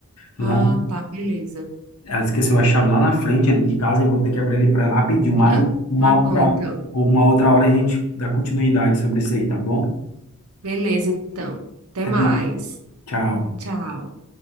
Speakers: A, on the right; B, on the left.
A: Ah,
B: Lá,
A: tá, beleza.
B: ela esqueceu a chave lá na frente ali de casa, eu vou ter que abrir ali para ela rapidinho, mas
A: <laughs>
B: uma
A: Tá bom,
B: outra,
A: então.
B: uma outra hora a gente dá continuidade sobre isso aí, tá bom?
A: Beleza, então. Até
B: Até
A: mais.
B: mais. Tchau.
A: Tchau.